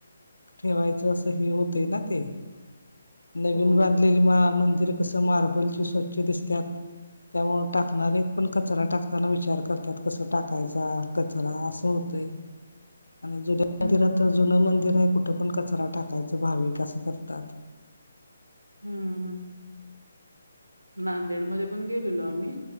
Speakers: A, on the left (about 80°); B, on the right (about 80°).
A: ठेवायचं असं हे होतंय नां ते. नवीन
B: हो
A: बांधलेली मां-मंदिर कसं मार्बलची स्वंच्छ दिसतांत. त्यांमुळं टाकणांरे पणं कचरां टाकतांना विचारं करतांत. कसं टाकायंचा कचरां असं होतंय. <unintelligible> आणि जुन्यां
B: हम्म
A: मंदिरांत
B: हम्म.
A: तरं जुनं मंदिरं आहे कुठं पणं कचरां टाकायचं भाविक असं करतांत.
B: हम्मं हम्मं. नांदेडमंध्ये पणं गेलेलो आम्हीं